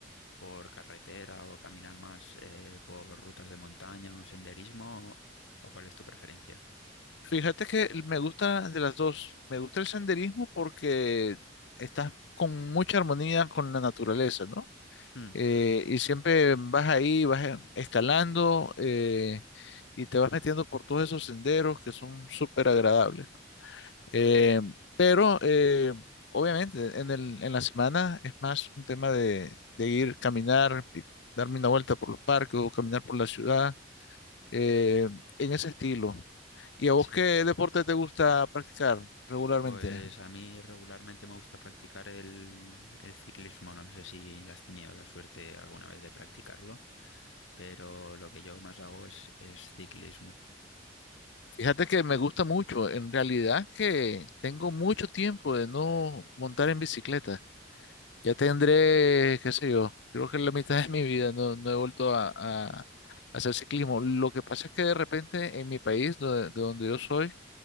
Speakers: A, on the left; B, on the left.
A: por carretera o caminar más eh, por rutas de montaña o senderismo o, o cuál es tu preferencia?
B: Fíjate que el- me gusta de las dos. Me gusta el senderismo porque estás con mucha armonía con la naturaleza, ¿no?
A: Mm.
B: Eh, y siempre vas ahí, vas eh, escalando eh, y te vas metiendo por todos esos senderos que son súper agradables. Eh, pero eh, obviamente en el, en la semana es más un tema de, de ir caminar, y darme una vuelta por los parques o caminar por la ciudad, eh, en ese estilo. ¿Y a vos
A: Sí.
B: qué deporte te gusta practicar regularmente?
A: Pues a mí regularmente me gusta practicar el, el ciclismo. No sé si has tenido la suerte alguna vez de practicarlo, pero lo que yo más hago es, es ciclismo.
B: Fíjate que me gusta mucho, en realidad que tengo mucho tiempo de no montar en bicicleta. Ya tendré, qué sé yo, creo que en la mitad de mi vida no, no he vuelto a, a hacer ciclismo. Lo que pasa es que de repente en mi país, do- de, donde yo soy,